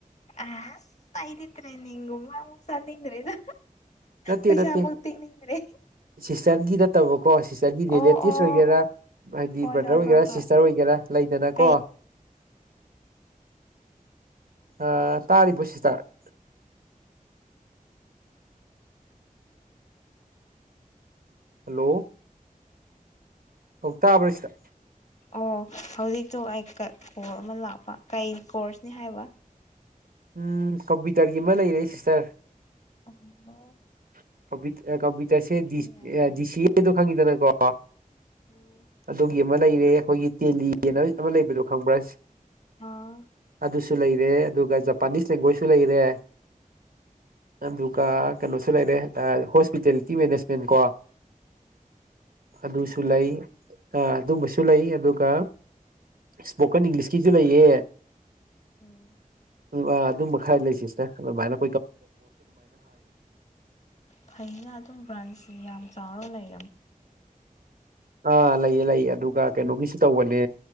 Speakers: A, on the left; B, on the right.
A: <unintelligible> ꯑꯩꯗꯤ ꯇ꯭ꯔꯦꯅꯤꯡꯒꯨꯝꯕ ꯆꯠꯅꯤꯡꯗ꯭ꯔꯦꯗ
B: ꯅꯠꯇꯦ
A: ꯄꯩꯁꯥꯕꯣꯛ
B: ꯅꯠꯇꯦ
A: ꯇꯤꯡꯅꯤꯡꯗ꯭ꯔꯦ
B: ꯁꯤꯁꯇꯔꯒꯤ ꯅꯠꯇꯕꯀꯣ ꯁꯤꯁꯇꯔꯒꯤ ꯔꯤꯂꯦꯇꯤꯞꯁ
A: ꯑꯣ ꯑꯣ
B: ꯑꯣꯏꯒꯦꯔ ꯍꯥꯏꯗꯤ
A: ꯍꯣꯏ
B: ꯕ꯭ꯔꯗꯔ
A: ꯍꯣꯏ
B: ꯑꯣꯏꯒꯦꯔ
A: ꯍꯣꯏ ꯍꯣꯏ
B: ꯁꯤꯁꯇꯔ ꯑꯣꯏꯒꯦꯔ ꯂꯩꯗꯅꯀꯣ
A: ꯀꯩ
B: ꯑ ꯇꯥꯔꯤꯕꫭ ꯁꯤꯁꯇꯔ <inaudible> ꯍꯂꯣ ꯑꯧ ꯇꯥꯕ꯭ꯔ <unintelligible>
A: ꯑꯣ ꯍꯧꯖꯤꯛꯇꯣ ꯑꯩ ꯀ ꯀꫭꯜ ꯑꯃ ꯂꯥꯛꯄ ꯀꯩ ꯀꯣꯔꯁꯅꯤ ꯍꯥꯏꯕ
B: ꯎꯝ ꯀꯝꯄ꯭ꯌꯨꯇꯔꯒꯤ ꯑꯃ ꯂꯩꯔꯦ ꯁꯤꯁꯇꯔ
A: ꯑꯃ
B: <unintelligible> ꯀꯝꯄ꯭ꯌꯨꯇꯔꯁꯦ ꯗꯤ
A: ꯌꯥꯏ
B: ꯁꯤ ꯑꯦꯗꯣ ꯈꯡꯉꯤꯗꯅꯀꫭ
A: ꯎꯝ
B: ꯑꯗꯨꯒꯤ ꯑꯃ ꯂꯩꯔꯦ ꯑꯩꯈꯣꯏꯒꯤ ꯇꯦꯂꯤꯅ ꯑꯃ ꯂꯩꯕꯗꯣ ꯈꯪꯕ꯭ꯔ
A: ꯑꯥ
B: ꯑꯗꯨꯁꯨ ꯂꯩꯔꯦ ꯑꯗꯨꯒ ꯖꯄꯥꯅꯤꯁ ꯂꯦꯡꯒꫭꯏꯁꯨ ꯂꯩꯔꯦ ꯑꯗꯨꯒ ꯀꯩꯅꯣꯁꯨ ꯂꯩꯔꯦ ꯍꯣꯁꯄꯤꯇꯦꯂꯤꯇꯤ ꯃꯦꯅꯦꯁꯃꯦꯟ ꯀꯣ ꯑꯗꯨꯁꯨ
A: ꯌꯥꯝ ꯐꯩꯅ
B: ꯂꯩ ꯑ ꯑꯗꯨꯃꯁꯨ ꯂꯩ ꯑꯗꯨꯒ ꯏꯁꯄꯣꯀꯟ ꯏꯪꯂꯤꯁꯀꯤꯖꯨ ꯂꯩꯌꯦ
A: ꯎꯝ
B: <unintelligible> ꯑꯗꯨꯝꯕ ꯈꯔ ꯂꯩ ꯁꯤꯁꯇꯔ ꯑꯗꯨꯝꯃꯥꯏꯅ
A: ꯐꯩꯅ ꯑꯗꯨꯝ ꯕ꯭ꯔꯥꯟꯁꯤ ꯌꯥꯝ ꯆꯥꯎꯔ ꯂꯩ
B: ꯑ ꯂꯩꯌꯦ ꯂꯩꯌꯦ ꯑꯗꯨꯒ ꯀꯩꯅꯣꯒꯤꯁꯨ ꯇꯧꯕꯅꯦ